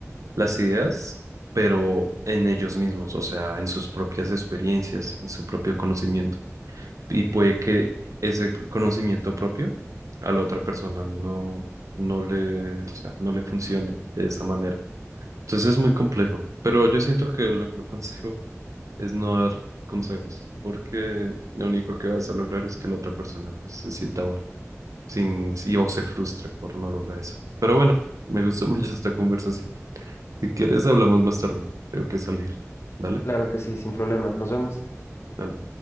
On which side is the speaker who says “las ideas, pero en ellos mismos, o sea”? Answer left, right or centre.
Right